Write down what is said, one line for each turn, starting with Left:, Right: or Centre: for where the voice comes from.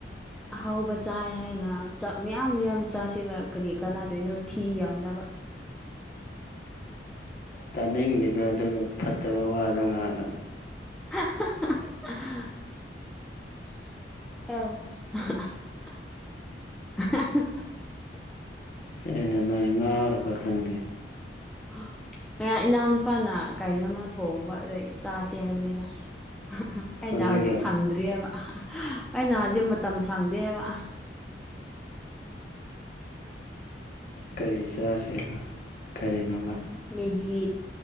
Centre: ꯑꯍꯥꯎꯕ ꯆꯥꯏ ꯍꯥꯏꯅ ꯆꯥꯛ ꯃꯌꯥꯝ ꯌꯥꯝ ꯆꯥꯁꯤꯂꯒ ꯀꯔꯤ ꯀꯥꯟꯅꯗꯣꯏꯅꯣ ꯊꯤ ꯌꯥꯝꯅꯕ
Left: ꯇꯥꯅꯤꯡꯗꯦꯒꯣ ꯑꯗꯨꯒ ꯐꯠꯇꯕ ꯋꯥꯗꯣ ꯉꯥꯡꯒꯅꯨ
Centre: <unintelligible> <unintelligible>
Left: ꯀꯩꯅꯣ ꯅꯣꯏ ꯉꯥꯎꯔꯕ ꯈꯪꯗꯦ
Centre: <inaudible> ꯀꯌꯥ ꯏꯅꯥꯎ ꯅꯨꯨꯄꯥꯅ ꯀꯩꯅꯣꯝꯃ ꯊꯣꯡꯕ ꯑꯗꯥꯒꯤ ꯆꯥꯁꯦ ꯍꯥꯏꯕꯅꯤꯗ ꯍꯥꯍꯥ ꯑꯩ
Left: ꯍꯧꯖꯤꯛꯔꯣ
Centre: ꯅꯥꯎꯗꯤ ꯍꯧꯖꯤꯛ ꯁꯪꯗ꯭ꯔꯤ ꯍꯥꯏꯕ ꯑꯩꯅ ꯍꯧꯖꯤꯛ ꯃꯇꯝ ꯁꯪꯗꯦ ꯍꯥꯏꯕ
Left: ꯀꯔꯤ ꯆꯥꯁꯦꯕ ꯀꯔꯤꯅꯣꯕ
Centre: ꯃꯦꯒꯤ